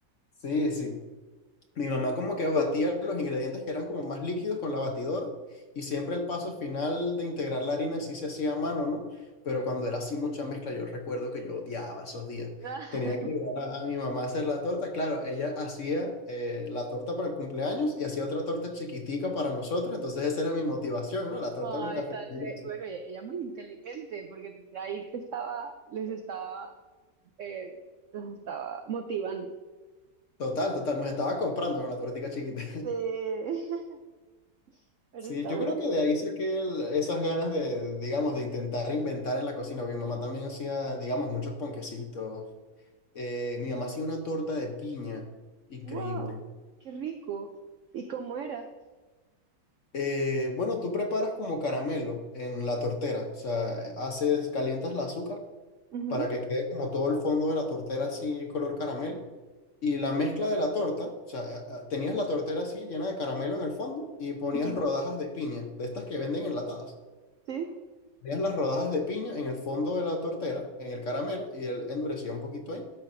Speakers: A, on the left (about 55°); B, on the right (about 75°).
A: sí, sí, mi mamá como que batía los ingredientes que eran como más líquidos con la batidora y siempre el paso final de integrar la harina sí se hacía a mano, ¿no? Pero cuando era así mucha mezcla, yo recuerdo que yo odiaba esos días.
B: <laughs>
A: Tenía que ayudar a, a mi mamá a hacer la torta. Claro, ella hacía eh, la torta para el cumpleaños y hacía otra torta chiquitica para nosotros. Entonces esa era mi motivación, ¿no? La torta
B: Ay,
A: con café
B: tal,
A: con leche.
B: eh, bueno, ella ella muy inteligente porque ahí te estaba, les estaba, eh, los estaba motivando.
A: Total, total, nos estaba comprando con la tortica chiquita.
B: Eh, <laughs> pero
A: Sí,
B: está
A: yo
B: bueno.
A: creo que de ahí saqué el- esas ganas de, digamos, de intentar inventar en la cocina, porque mi mamá también hacía, digamos, muchos ponquecitos. Eh, mi mamá hacía una torta de piña, increíble.
B: Wow, qué rico. ¿Y cómo era?
A: Eh, bueno, tú preparas como caramelo en la tortera, o sea, haces, calientas el azúcar
B: Ujú,
A: para que quede como todo el fondo de la tortera así color caramelo. Y la mezcla de la torta, o sea, a- a- tenías la tortera así llena de caramelo en el fondo y ponías
B: ujú.
A: rodajas de piña, de estas que venden enlatadas.
B: Sí.
A: Dejas las rodajas de piña en el fondo de la tortera, en el caramelo, y él endurecía un poquito ahí.